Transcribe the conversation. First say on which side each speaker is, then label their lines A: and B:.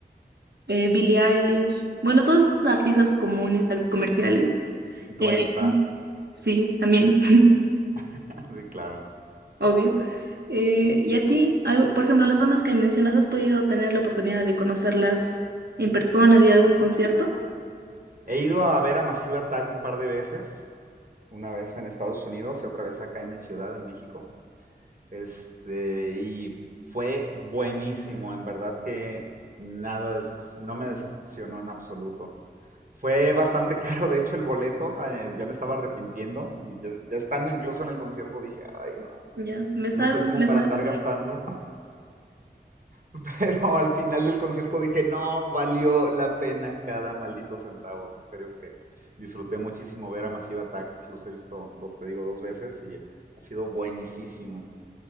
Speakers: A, on the right; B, on the right.
A: eh, Billie Eilish. Bueno, todos estos artistas comunes, tal vez comerciales. Eh,
B: Dualipa,
A: sí, también, <laughs>
B: <laughs> sí, claro.
A: obvio. Eh, ¿y a ti? Algo, por ejemplo, las bandas que mencionas, ¿has podido tener la oportunidad de conocerlas en persona, de ir a algún concierto?
B: He ido a ver a Massive Attack un par de veces, una vez en Estados Unidos y otra vez acá en mi ciudad, en México. Este, y fue buenísimo, en verdad que nada, no me decepcionó en absoluto. Fue bastante <laughs> caro, de hecho, el boleto, eh, yo me estaba arrepintiendo y ya, ya estando incluso en el concierto dije, ay, no,
A: Ya, ¿me salgo?
B: no estoy como
A: ¿No me
B: para
A: salgo?
B: andar gastando. <laughs> Pero al final del concierto dije, no, valió la pena cada maldito centavo. En serio que disfruté muchísimo ver a Massive Attack. Los he visto, te digo, dos veces y ha sido buenísimo.